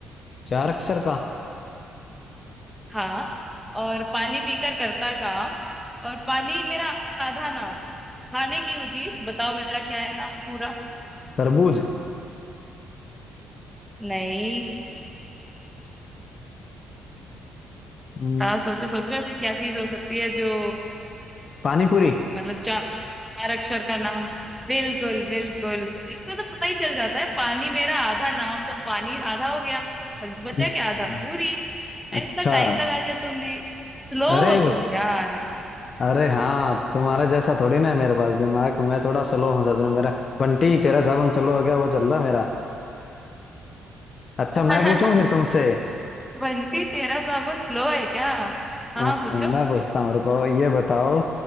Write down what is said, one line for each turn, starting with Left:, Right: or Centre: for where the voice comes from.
Left: चार अक्षर का
Centre: हाँ और पानी पीकर करता काम और पानी मेरा आधा नाम खाने की हूँ चीज बताओ मेरा क्या है नाम पूरा
Left: तरबूज
Centre: नहीं
Left: हम्म,
Centre: बताओ सोचो सोचो ऐसी क्या चीज हो सकती है जो
Left: पानी पूरी
Centre: मतलब चार चार अक्षर का नाम बिल्कुल बिल्कुल इसमें तो पता ही चल जाता है पानी मेरा आधा नाम तो पानी आधा हो गया और बचा
Left: हम्म,
Centre: क्या आधा पूरी अरे
Left: अच्छा
Centre: इतना टाइम लगा दिया तुमने स्लो
Left: अरे
Centre: हो तुम यार
Left: अरे हाँ तुम्हारे जैसा थोड़ी ना है मेरे पास दिमाग मैं थोड़ा स्लो हूँ सच में मेरा बंटी तेरा साबुन स्लो हो गया वो चल रहा है मेरा अच्छा
Centre: <laughs>
Left: मैं पूछूं फिर तुमसे
Centre: बंटी तेरा साबुन स्लो है क्या हाँ
Left: हाँ,
Centre: हाँ पूछो
Left: मैं पूछता हूँ रुको ये बताओ